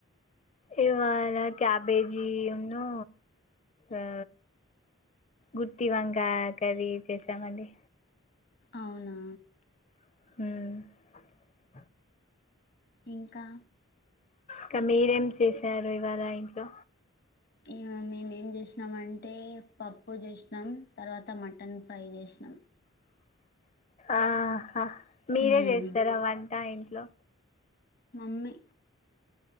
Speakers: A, on the left; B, on the left.
A: ఇవాళ క్యాబేజీనూ ఆ గుత్తు వంకాయ కర్రీ చేసామండి
B: అవునా
A: ఉమ్
B: ఇంకా
A: ఇకా మీరేం చేసారు ఇవాళ ఇంట్లో
B: ఇ మే ఏం చేసినాం అంటే పప్పు చేసినాం తర్వాత మటన్ ఫ్రై చేసిన
A: ఆహా మీరే
B: హ్మ్
A: చేస్తారా వంట ఇంట్లో
B: మమ్మి